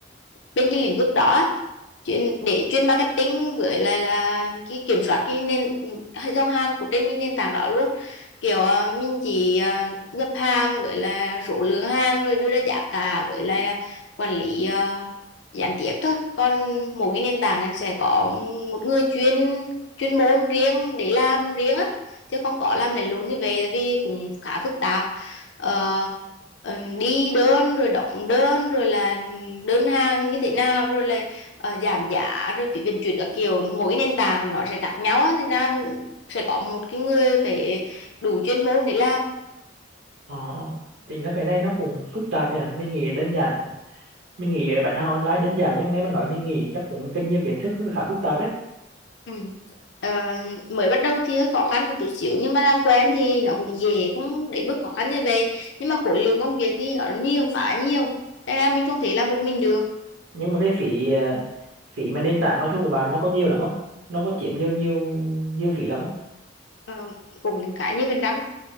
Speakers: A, on the left (about 70°); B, on the right (about 85°).
A: bên cái lĩnh vực đó chuyên để chuyên marketing với lại là cái kiểm soát cái nền dòng hàng của trên cái nền tảng đó luôn kiểu ờ, mình chỉ ờ, nhập hàng với là số lượng hàng rồi đưa ra giá cả với là quản lý ờ, gián tiếp thôi còn mỗi cái nền tảng này sẽ có một người chuyên chuyên môn riêng để làm riêng á chứ không có làm lẫn lộn như vậy tại vì cũng khá phức tạp Ờ, ờ, đi đơn rồi đóng đơn rồi là đơn hàng như thế nào rồi là ờ, giảm giá rồi phí vận chuyển các kiểu mỗi nền tảng nó sẽ khác nhau á thành ra sẽ có một cái người phải đủ chuyên môn để làm
B: ờ thì nó cái này nó cũng phức tạp nhỉ mình nghĩ đơn giản mình nghĩ ờ, bán hàng online đơn giản nhưng mà nghe bạn nói mình nghĩ chắc cũng cần nhiều kiến thức khá phức tạp đấy
A: ừ. Ờ, mới bắt đầu thì hơi khó khăn một chút xíu nhưng mà làm quen thì nó cũng dễ cũng đến mức khó khăn như vậy nhưng mà khối lượng công việc thì nó nhiều khá nhiều nên là mình không thể làm một mình được
B: nhưng mà cái phí ờ, phí mà nền tảng nó thu của bạn nó có nhiều lắm không nó có chiếm nhiều nhiều nhiều phí lắm không
A: Ờ, cũng khá nhiều phần trăm